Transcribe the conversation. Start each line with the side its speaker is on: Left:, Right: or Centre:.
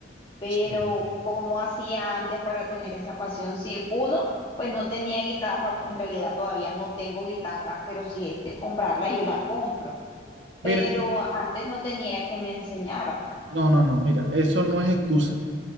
Left: pero
Right: Sí.
Left: cómo hacía antes para tener esa pasión, si uno, pues no tenía guitarra, en realidad todavía no tengo guitarra, pero si es de comprarla, yo la compro,
Right: Mira,
Left: pero antes no tenía que me enseñara.
Right: no, no, no, mira, eso no es excusa.